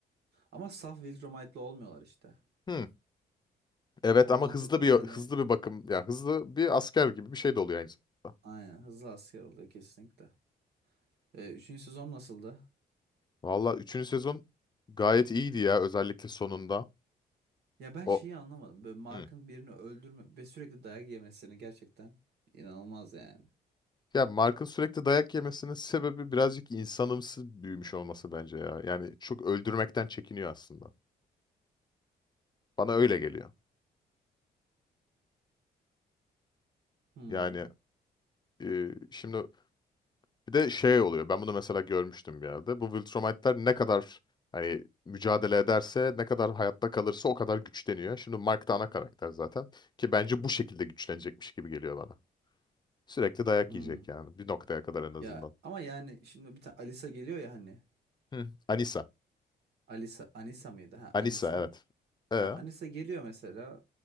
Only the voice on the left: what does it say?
Hmm, Evet
ama
hızlı bir
hızlı bir bakım ya hızlı bir asker gibi bir şey de oluyor aynı zamanda.
Valla üçüncü sezon gayet iyiydi ya özellikle sonunda.
O
Hı.
ya Mark'ın sürekli dayak yemesinin sebebi birazcık insanımsı büyümüş olması bence ya. Yani çok öldürmekten çekiniyor aslında. Bana öyle geliyor.
Yani e, şimdi bir de şey oluyor. Ben bunu mesela görmüştüm bir yerde. Bu Viltrumite'ler ne kadar hani mücadele ederse, ne kadar hayatta kalırsa o kadar güçleniyor. Şimdi Mark da ana karakter zaten ki bence bu şekilde güçlenecekmiş gibi geliyor bana. Sürekli dayak
yiyecek yani bir noktaya kadar en
azından.
Hı. Anissa.
Anissa
evet. Ee,